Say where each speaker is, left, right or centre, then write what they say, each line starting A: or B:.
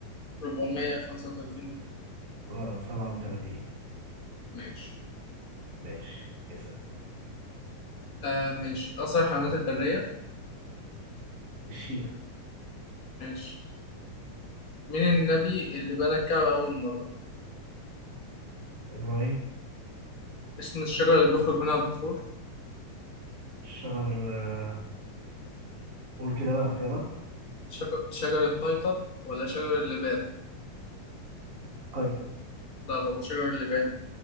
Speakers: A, on the left; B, on the right.
A: 435 يوم
B: غلط 37
A: ماشي
B: ماشي اسأل
A: آه ماشي أسرع الحيوانات البرية
B: الشيتا
A: ماشي مين النبي اللي بنى الكعبة أول مرة؟
B: إبراهيم
A: اسم الشجرة اللي بيخرج منها البخور
B: الشجر آه، قول كده بقى اختيارات
A: شجر, شجر الطيقب ولا شجر اللبان؟
B: قيقب
A: لا غلط شجر اللبان